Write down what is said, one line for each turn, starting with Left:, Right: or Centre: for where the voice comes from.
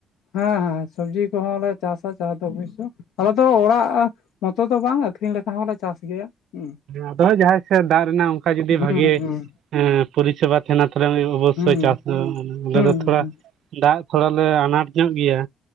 Left: ᱦᱮᱸ ᱦᱮᱸ ᱥᱚᱵᱽᱡᱤ ᱠᱚᱸᱦᱚᱸ ᱞᱮ ᱪᱟᱥᱟ ᱪᱟᱥ ᱫᱚ ᱚᱵᱚᱥᱭᱥᱚ ᱟᱞᱮ ᱫᱚ ᱚᱲᱟᱜ ᱢᱚᱛᱚ ᱫᱚ ᱵᱟᱝ ᱟᱹᱠᱷᱨᱤᱧ ᱞᱮᱠᱟ ᱦᱚᱸᱞᱮ ᱪᱟᱥ ᱜᱮᱭᱟ᱾ ᱦᱩᱸ
Right: ᱟᱫᱚ ᱡᱟᱸᱦᱟᱸᱭ ᱥᱮᱜ ᱫᱟᱜ ᱨᱮᱱᱟᱜ ᱚᱝᱠᱟ ᱡᱩᱫᱤ
Left: ᱦᱩᱸ
Right: ᱵᱷᱟᱜᱮ
Left: ᱦᱩᱸ
Right: ᱮᱸ ᱯᱚᱨᱤᱥᱮᱵᱟ ᱛᱟᱦᱮᱱᱟ ᱛᱟᱦᱞᱮ ᱚᱵᱚᱥᱥᱳᱭ
Left: ᱦᱩᱸ
Right: ᱪᱟᱥ ᱫᱚ ᱟᱞᱮ
Left: ᱦᱩᱸ
Right: ᱫᱚ ᱛᱷᱚᱲᱟ
Left: ᱦᱩᱸ
Right: ᱫᱟᱜ ᱛᱷᱚᱲᱟ ᱞᱮ ᱟᱱᱟᱴ ᱧᱚᱜ ᱜᱮᱭᱟ,